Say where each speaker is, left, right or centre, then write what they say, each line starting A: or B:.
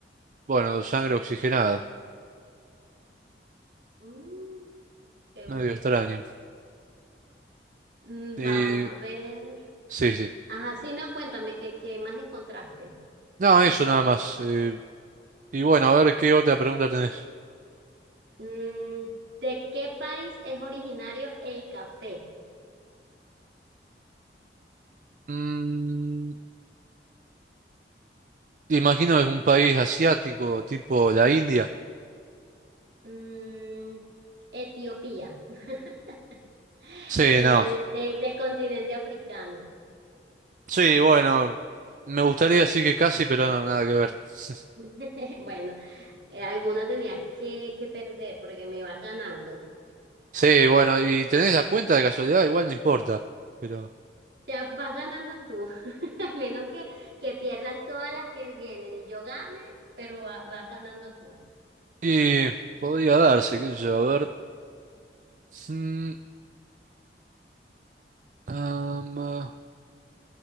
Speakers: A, on the right (about 45°); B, on the right (about 70°).
A: bueno, sangre oxigenada.
B: Mm, qué
A: Medio
B: bueno.
A: extraño.
B: Mm,
A: Y,
B: vamos a ver.
A: sí, sí.
B: Ajá, sí, no, cuéntame, ¿qué, qué más encontraste?
A: No, eso nada más. eh, y bueno, a ver qué otra pregunta tenés.
B: Mm, ¿de qué país es originario el café?
A: Mm, Imagino que es un país asiático, tipo la India.
B: Mm, Etiopía, <laughs>
A: Sí,
B: el,
A: no.
B: de- del continente africano.
A: Sí, bueno, me gustaría decir que casi, pero no, nada que ver. <laughs>
B: <laughs> Bueno. eh, alguna tenías que, que perder porque me vas ganando.
A: Sí, bueno, y tenés la cuenta de casualidad, igual no importa. Pero.
B: Ya vas ganando tú, <laughs> a menos que, que pierdas todas las que vienen y yo gane, pero va- vas ganando tú.
A: Y podría darse, qué sé yo, a ver. Mm, am, ah,